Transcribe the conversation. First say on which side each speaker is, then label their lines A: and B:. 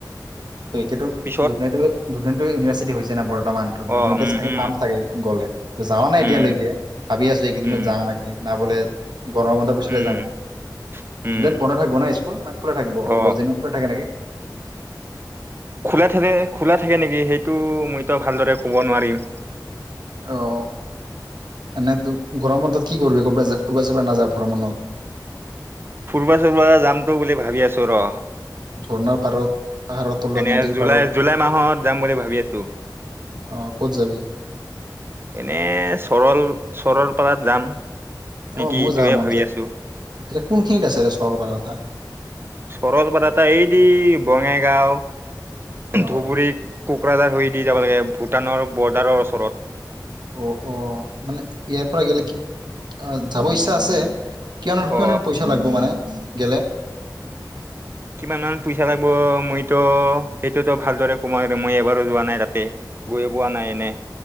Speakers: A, on the right; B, on the right.
A: ত এতিয়াতো
B: পিছত
A: দুৰ্নৈত দুদেণ্টো ইউনিভাৰ্ছিটি হৈছে ন বৰ। বৰ্তমান
B: অ
A: দুনতে
B: উম
A: চাগে
B: উম
A: পাম চাগে গ'লে। যাৱা নাই
B: উম
A: এতিয়ালৈকে, ভাবি আছো এইকেইদিনত
B: উম
A: যাওঁ নেকি না বোলে গৰমৰ বন্ধৰ পিছতে
B: উম
A: যাম,
B: উম
A: জুলাইত বন্ধ থাকিব না স্কুল না খোলা থাকিব
B: অ
A: দশ থাকে নেকি।
B: খোলা থাকে- খোলা থাকে নেকি সেইটো মইতো ভালদৰে কব নোৱাৰিম।
A: অহ, এনেতো গৰম বন্ধত কি কৰবি কৰবাত যা ফুৰবা চুৰবা নাযা ভ্ৰমণত?
B: ফুৰিবা চুৰবা যামতো বুলি ভাবি আছো ৰ।
A: ঝৰ্ণাৰ পাৰত। পাহাৰৰ তলত
B: এনে
A: নদীৰ
B: জুলাই
A: পাৰত
B: -জুলাই মাহত যাম বুলি ভাবি আছো।
A: অ ক'ত যাবি
B: এনে চৰল-চৰল কবাত যাম। নিকি
A: অ মোৰ
B: এইটোয়ে
A: যাব মন
B: ভাবি
A: যায়
B: আছো
A: এতিয়া কোনখিনিত আছে এতিয়া চৰলপাৰা কথা
B: চৰলপাৰ এটা এইদি বঙাই গাঁও।
A: অ
B: ধুবুৰী। কোকৰাঝাৰ হৈ দি যাব লাগে ভূটানৰ বৰ্ডাৰৰ অচৰত।
A: অহ - অহ মানে ইয়াৰ পৰা গেলে কি অহ যাব ইচ্ছা আছে কিমানমান -কিমানমান
B: অ
A: পইচা লাগব মানে? গেলে।
B: কিমানমান পইচা লাগব মইতো সেইটোতো ভালদৰে কমুৱাই দে মই এবাৰো যোৱা নাই তাতে গৈয়ে পোৱা নাই এনে।